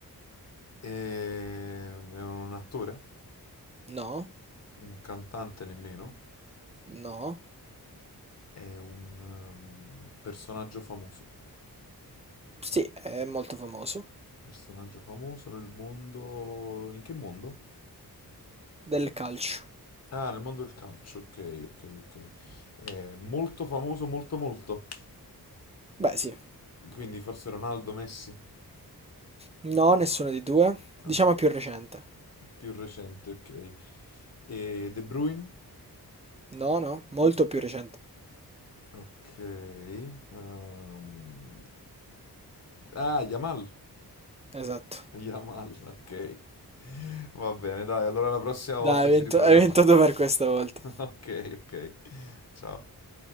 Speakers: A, on the left (about 40°); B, on the right (about 20°).
A: Ehm, È un attore,
B: No,
A: un cantante nemmeno,
B: no.
A: è un ehm, personaggio famoso.
B: Sì, è molto famoso.
A: Personaggio famoso nel mondo... In che mondo?
B: Del calcio.
A: Ah, nel mondo del calcio, ok, ok, ok. È molto famoso, molto molto.
B: Beh, sì.
A: Quindi forse Ronaldo, Messi,
B: No, nessuno dei due. Diciamo
A: Ah,
B: più recente.
A: più recente, ok. E De Bruyne?
B: No, no, molto più recente.
A: Ok. ehm, Ah, Yamal.
B: Esatto.
A: Yamal, <laughs> ok. Va bene, dai, allora la prossima volta
B: Dai, hai
A: ci
B: vinto,
A: riproviamo.
B: hai vinto tu per questa volta.
A: <laughs> Ok, ok. Ciao.